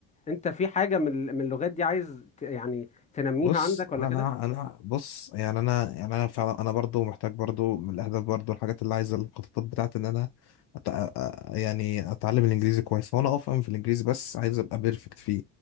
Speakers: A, on the left; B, on the left.
A: انت في حاجة من ال- من اللغات دي عايز ت- يعني تنميها
B: بص
A: عندك
B: انا
A: ولا كده
B: انا بص يعني انا يعني انا فعلا انا برضو محتاج برضو من الاهداف برضو الحاجات اللي عايزه الخطط بتاعت ان انا أت... أ- يعني اتعلم الانجليزي كويس وانا افهم في الانجليزي بس عايز ابقى بيرفكت فيه